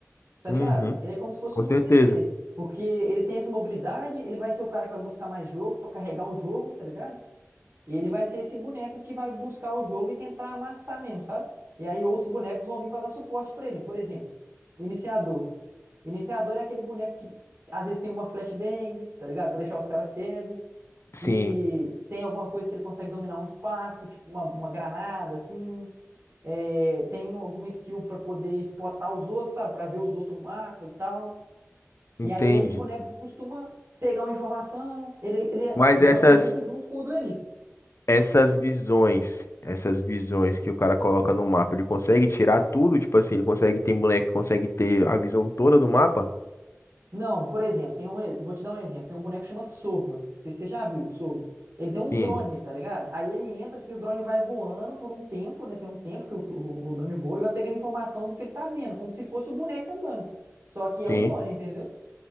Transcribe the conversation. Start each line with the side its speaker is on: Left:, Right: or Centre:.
Right: Tá
Left: Uhum,
Right: ligado? Ele é como se fosse
Left: com
Right: um
Left: certeza.
Right: ADC. Porque ele tem essa mobilidade, ele vai ser o cara que vai buscar mais jogo pra carregar o jogo, tá ligado? E ele vai ser esse boneco que vai buscar o jogo e tentar amassar mesmo, sabe? E aí outros bonecos vão vir para dar suporte para ele. Por exemplo, o iniciador. O iniciador é aquele boneco que às vezes tem uma flashbang, tá ligado? Pra deixar os caras cegos.
Left: Sim,
Right: Que tem alguma coisa que ele consegue dominar um espaço, tipo uma, uma granada, assim. É, tem alguma skill para poder spotar os outros, sabe? Para ver os outros no mapa e tal. E
Left: entendi.
Right: aí é esse boneco que costuma pegar uma informação. Ele, ele
Left: Mas essas,
Right: joga muito junto com o duelista.
Left: essas visões, essas visões que o cara coloca no mapa, ele consegue tirar tudo? Tipo assim, ele consegue ter boneco, que consegue ter a visão toda do mapa?
Right: Não, por exemplo, tem um, e- vou te dar um exemplo. Tem um boneco que chama Sova. Não sei se você já viu, Sova. Ele tem um
Left: Sim,
Right: drone, tá ligado? Aí ele entra assim, o drone vai voando por um tempo, né? Tem um tempo que o, o- o drone voa e vai pegando informação do que ele tá vendo, como se fosse o boneco andando. Só que é
Left: sim,
Right: o drone, entendeu?